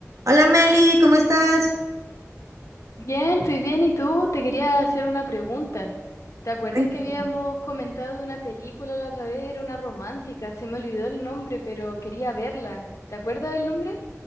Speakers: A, on the right; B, on the left.
A: Hola Meli, ¿cómo estás?
B: Bien, estoy bien. ¿Y tú? Te quería hacer una pregunta. ¿Te acuerdas
A: Cuéntame.
B: que habíamos comentado de una película la otra vez? Era una romántica, se me olvidó el nombre, pero quería verla. ¿Te acuerdas del nombre?